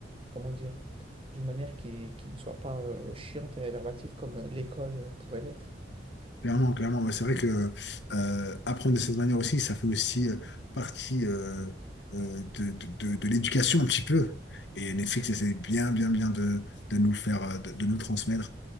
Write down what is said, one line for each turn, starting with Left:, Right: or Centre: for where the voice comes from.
Right: comment dire, d'une manière qui, qui ne soit pas euh, chiante et réverbative comme euh, l'école euh, pourrait l'être.
Left: Clairement, clairement. Ouais, C'est vrai que euh, apprendre de cette manière aussi, ça fait aussi euh, partie euh, euh, de, de, de- de l'éducation un petit peu. Et Netflix essaie bien, bien, bien de, de nous le faire, euh, de, de nous le transmettre.